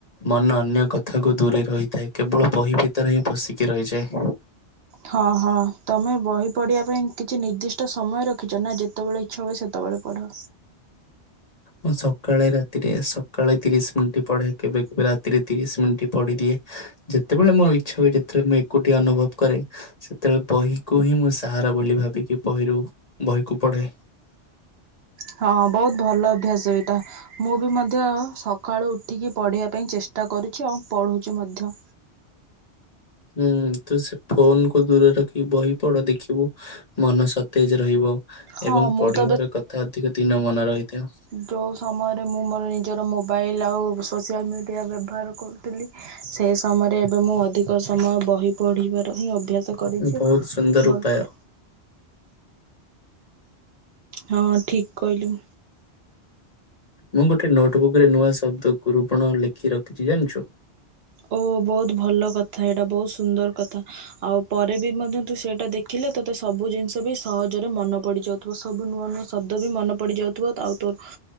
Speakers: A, on the left; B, on the right.
A: ମନ ଅନ୍ୟ କଥାକୁ ଦୂରେଇ ରହିଥାଏ କେବଳ ବହି ଭିତରେ ହିଁ ପଶିକି ରହିଯାଏ।
B: ହଁ ହଁ ତମେ ବହି ପଢିବା ପାଇଁ କିଛି ନିର୍ଦ୍ଦିଷ୍ଟ ସମୟ ରଖିଛ ନା ଯେତେବେଳେ ଇଚ୍ଛା ହୁଏ ସେତେବେଳେ ପଢ଼।
A: ମୁଁ ସକାଳେ ରାତିରେ ସକାଳେ ତିରିଶ ମିନିଟ ପଢେ କେବେ କେବେ ରାତିରେ ତିରିଶ ମିନିଟ୍ ପଢିଦିଏ। ଯେତେବେଳେ ମୋ ଇଛା ହୁଏ ଯେତେବେଳେ ମୁଁ ଏକୁଟିଆ ଅନୁଭବ କରେ। ସେତେବେଳେ ବହିକୁ ହିଁ ମୁଁ ସାହାରା ବୋଲି ଭାବିକି ବହିରୁ ବହିକୁ ପଢେ।
B: ହଁ ବହୁତ ଭଲ ଅଭ୍ୟାସ ଏଇଟା। ମୁଁ ବି ମଧ୍ୟ ସକାଳୁ ଉଠିକି ପଢ଼ିବା ପାଇଁ ଚେଷ୍ଟା କରୁଛି ଆଉ ପଢ଼ୁଛି ମଧ୍ୟ।
A: ହୁଁ ତୁ ସେ ଫୋନକୁୁ ଦୂରରେ ରଖିକି ବହି ପଢ ଦେଖିବୁ ମନ ସତେଜ ରହିବ।
B: ହଁ
A: ଏବଂ
B: ମୁଁ
A: ପଢିବାର
B: ତ
A: କଥା ଅଧିକ ଦିନ ମନେ ରହିଥାଏ।
B: ଯେଉଁ ସମୟରେ ମୁଁ ମୋର ନିଜର ମୋବାଇଲ ଆଉ ସୋସିଆଲ ମିଡ଼ିଆ ବ୍ୟବହାର କରୁଥିଲି ସେ ସମୟରେ ଏବେ ମୁଁ ଅଧିକ ସମୟ ବହି ପଢ଼ିବାର ହିଁ ଅଭ୍ୟାସ କରିଛି
A: ବହୁତ
B: ବହିକୁ
A: ସୁନ୍ଦର ଉପାୟ
B: ହଁ ଠିକ୍ କହିଲୁ।
A: ମୁଁ ଗୋଟେ ନୋଟବୁକ୍ ରେ ନୂଆ ଶବ୍ଦ ଗୁରୁପଣ ଲେଖି ରଖିଛି ଜାଣିଛୁ।
B: ଓ ବହୁତ ଭଲ କଥା ଏଇଟା ବହୁତ ସୁନ୍ଦର କଥା। ଆଉ ପରେ ବି ମଧ୍ୟ ତୁ ସେଇଟା ଦେଖିଲେ ତୋତେ ସବୁ ଜିନିଷ ବି ସହଜରେ ମନେ ପଡିଯିବ। ସବୁ ନୂଆ ନୂଆ ଶବ୍ଦ ବି ମନେ ପଡିଯାଉଥିବ ଆଉ ତୋର